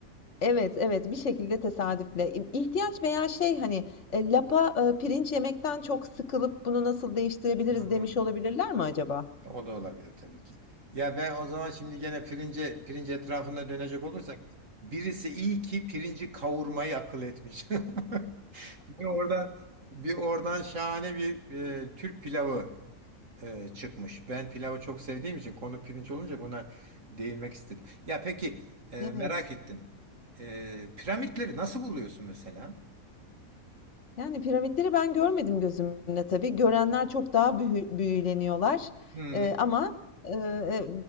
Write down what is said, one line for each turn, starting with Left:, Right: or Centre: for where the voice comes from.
Left: Evet, evet bir şekilde tesadüfle. İ- İhtiyaç veya şey hani e, lapa e, pirinç yemekten çok sıkılıp bunu nasıl değiştirebiliriz
Right: Hmm.
Left: demiş olabilirler mi acaba?
Right: O da olabilir tabii ki. Ya ve o zaman şimdi gene pirince pirinç etrafında dönecek olursak birisi iyi ki pirinci kavurmayı akıl etmiş. <laughs> Bir oradan bir oradan şahane bir e, Türk pilavı e, çıkmış. Ben pilavı çok sevdiğim için konu pirinç olunca buna değinmek istedim. Ya peki e,
Left: Evet.
Right: merak ettim. E, piramitleri nasıl buluyorsun mesela?
Left: Yani piramitleri ben görmedim gözümle tabii. Görenler çok daha büyü- büyüleniyorlar.
Right: Hmm,
Left: E, ama e, e,